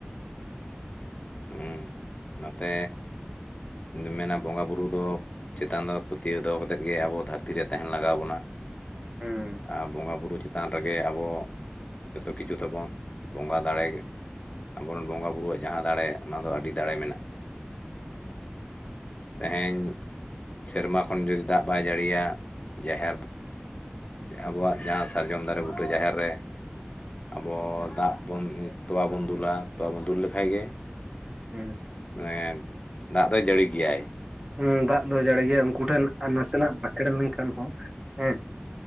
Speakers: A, on the left (about 35°); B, on the right (about 20°).
A: ᱦᱩᱸ ᱚᱱᱟᱛᱮ ᱤᱧᱫᱩᱧ ᱢᱮᱱᱟ ᱵᱚᱸᱜᱟ ᱵᱩᱨᱩ ᱫᱚ ᱪᱮᱛᱟᱱ ᱫᱚ ᱯᱟᱹᱛᱭᱟᱹᱣ ᱫᱚᱦᱚ ᱠᱟᱛᱮᱫ ᱜᱮ ᱟᱵᱚ ᱫᱷᱟᱹᱨᱛᱤ ᱨᱮ ᱛᱟᱦᱮᱱ ᱞᱟᱜᱟᱣ ᱵᱚᱱᱟ
B: ᱦᱩᱸ
A: ᱟᱨ ᱵᱚᱸᱜᱟ ᱵᱩᱨᱩ ᱪᱮᱛᱟᱱ ᱨᱮᱜᱮ ᱟᱵᱚ ᱡᱚᱛᱚ ᱠᱤᱪᱷᱩ ᱛᱟᱵᱚᱱ ᱵᱚᱸᱜᱟ ᱫᱟᱲᱮᱜᱮ ᱟᱵᱚᱨᱮᱱ ᱵᱚᱸᱜᱟ ᱵᱩᱨᱩᱣᱟᱜ ᱡᱟᱦᱟᱸ ᱫᱟᱲᱮ ᱚᱱᱟ ᱫᱚ ᱟᱹᱰᱤ ᱫᱟᱲᱮ ᱢᱮᱱᱟᱜᱼᱟ ᱛᱮᱦᱮᱧ ᱥᱮᱨᱢᱟ ᱠᱷᱚᱱ ᱡᱩᱫᱤ ᱫᱟᱜ ᱵᱟᱭ ᱡᱟᱹᱲᱤᱭᱟ ᱡᱟᱦᱮᱨ ᱟᱵᱚᱣᱟᱜ ᱡᱟᱦᱟᱸ ᱥᱟᱨᱡᱚᱢ ᱫᱟᱨᱮ ᱵᱩᱴᱟᱹ ᱡᱟᱦᱮᱨ ᱨᱮ ᱟᱵᱚ ᱫᱟᱜ ᱵᱚᱱ ᱛᱚᱣᱟ ᱵᱚᱱ ᱫᱩᱞᱟ ᱛᱚᱣᱟ ᱵᱚᱱ ᱫᱩᱞ ᱞᱮᱠᱷᱟᱡ ᱜᱮ
B: ᱦᱩᱸ
A: ᱮᱸ ᱫᱟᱜ ᱫᱚᱭ ᱡᱟᱹᱲᱤ ᱜᱮᱭᱟᱭ
B: ᱩᱸ ᱫᱟᱜ ᱫᱚᱭ ᱡᱟᱲᱤ ᱜᱮᱭᱟ ᱩᱱᱠᱩ ᱴᱷᱮᱱ ᱟᱨ ᱱᱟᱥᱮᱱᱟᱜ ᱵᱟᱠᱷᱮᱬ ᱞᱮᱱᱠᱷᱟᱱ ᱦᱚᱸ ᱦᱮᱸ